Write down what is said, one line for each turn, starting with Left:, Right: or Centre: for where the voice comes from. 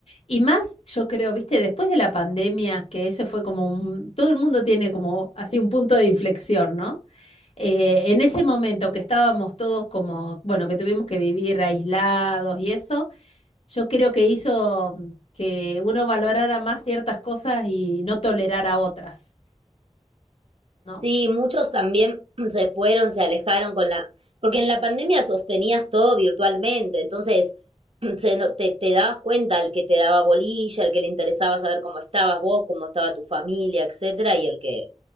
Left: Y más, yo creo, viste, después de la pandemia, que ese fue como un, todo el mundo tiene como así un punto de inflexión, ¿no? Eh, en ese momento que estábamos todos como, bueno, que tuvimos que vivir aislados y eso, yo creo que hizo mm, que uno valorara más ciertas cosas y no tolerara otras, ¿no?
Right: Sí, muchos también <clears throat> se fueron, se alejaron con la, porque en la pandemia sostenías todo virtualmente, entonces <clears throat> se no- te, te dabas cuenta el que te daba bolilla, el que le interesaba saber cómo estabas vos, cómo estaba tu familia, etcétera, y el que,